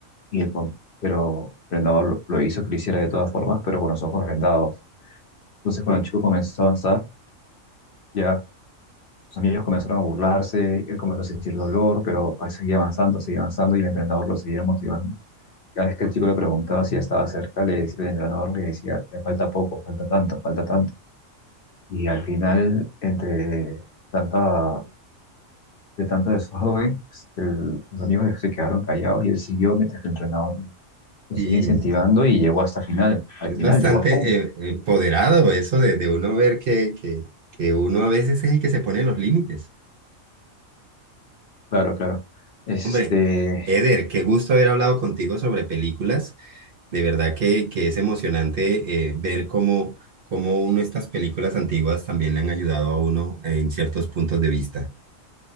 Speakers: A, on the left; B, on the right.
A: y el, con- pero el entrenador lo, lo hizo que lo hiciera de todas formas, pero con los ojos vendados. Entonces, cuando el chico comenzó a avanzar, ya sus amigos comenzaron a burlarse, él comenzó a sentir dolor, pero ahí seguía avanzando, seguía avanzando, y el entrenador lo seguía motivando. Cada vez que el chico le preguntaba si ya estaba cerca, le, decía- el entrenador le decía, ya falta poco, falta tanto, falta tanto. Y al final, entre tanta, de tanto desorden, pues, el- los amigos se quedaron callados y él siguió mientras que el entrenador le- lo
B: Y,
A: seguía incentivando y
B: y
A: llegó hasta final. Al
B: es
A: final
B: bastante
A: llegó a home.
B: eh, empoderado eso de, de uno ver que, que, que uno a veces es el que se pone los límites.
A: Claro, claro. Este,
B: Hombre, Eder, qué gusto haber hablado contigo sobre películas. De verdad que, que es emocionante eh, ver cómo, cómo uno estas películas antiguas también le han ayudado a uno en ciertos puntos de vista.